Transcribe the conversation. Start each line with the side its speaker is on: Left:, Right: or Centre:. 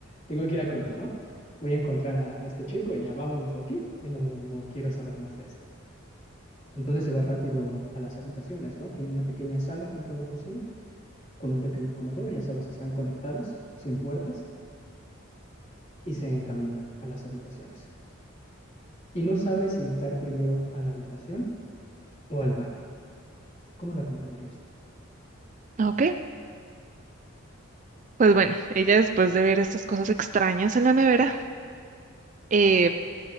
Left: tengo que ir a comer, ¿no? Voy a encontrar a, a este chico y ya vámonos de aquí, y no, no quiero saber más de esto. Entonces se va rápido a las habitaciones, ¿no? Tiene una pequeña sala junto a la cocina, con un pequeño comedor, ya sabes, están conectadas, sin puertas, y se encamina a las habitaciones. Y no sabe si entrar primero a la habitación o al baño. ¿Cómo la continuarías tú?
Right: Ok, pues bueno, ella después de ver estas cosas extrañas en la nevera, eh,